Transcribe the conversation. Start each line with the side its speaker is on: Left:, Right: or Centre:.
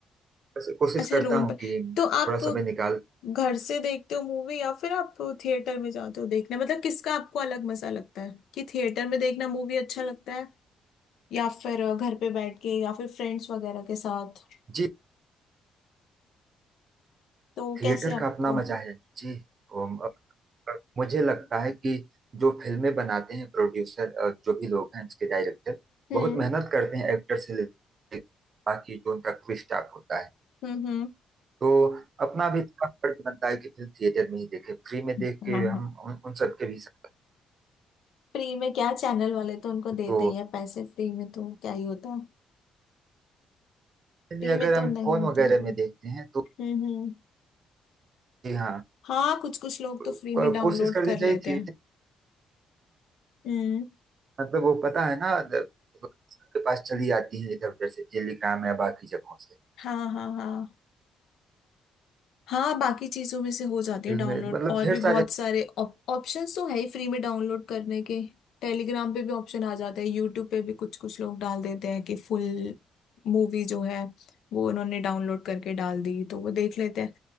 Right: बस कोशिश
Left: अच्छा
Right: करता
Left: रूम
Right: हूँ
Left: पर
Right: कि
Left: तो आप
Right: थोड़ा समय निकाल
Left: घर से देखते हो मूवी या फिर आप थिएटर में जाते हो देखने मतलब किसका आपको अलग मजा लगता है कि थिएटर में देखना मूवी अच्छा लगता है या फिर घर पे बैठ के या फिर फ्रेंड्स वगैरह के साथ
Right: जी
Left: तो
Right: थिएटर
Left: कैसे आपको
Right: का अपना मजा है जी उम, अ, अ, मुझे लगता है कि जो फिल्में बनाते हैं प्रोड्यूसर जो भी लोग हैं उसके डायरेक्टर
Left: हम्म
Right: बहुत मेहनत करते हैं एक्टर से लेकर बाकी जो उनका क्रू स्टाफ होता है
Left: हम्म हम्म
Right: तो अपना भी थोड़ा फर्ज बनता है कि फिल्म थिएटर में ही देखें फ्री में
Left: <laughs>
Right: देख
Left: हम्म।
Right: के हम उन, उन सबके भी साथ
Left: फ्री में क्या चैनल वाले तो उनको देते
Right: तो
Left: ही हैं पैसे फ्री में तो क्या ही होता
Right: यानी
Left: फ्री
Right: अगर
Left: में तो
Right: हम
Left: नहीं
Right: फोन
Left: होती
Right: वगैरह
Left: होगी
Right: में देखते हैं तो
Left: हम्म हम्म
Right: जी हाँ
Left: हाँ कुछ कुछ लोग
Right: को-
Left: तो फ्री में डाउनलोड
Right: कोशिश करनी
Left: कर
Right: चाहिए
Left: लेते
Right: थिएटर
Left: हैं हम्म
Right: मतलब वो पता है ना द- सबके पास चली आती है इधर उधर से टेलीग्राम या बाकी जगहों से
Left: हाँ हाँ हाँ हाँ बाकी चीजों में से हो जाती
Right: फिल्में
Left: है डाउनलोड
Right: मतलब
Left: और
Right: ढेर
Left: भी
Right: सारे
Left: बहुत सारे ऑप्शंस तो है ही फ्री में डाउनलोड करने के टेलीग्राम पे भी ऑप्शन आ जाते हैं यूट्यूब पे भी कुछ कुछ लोग डाल देते हैं कि फुल मूवी जो है वो उन्होंने डाउनलोड करके डाल दी तो वो देख लेते हैं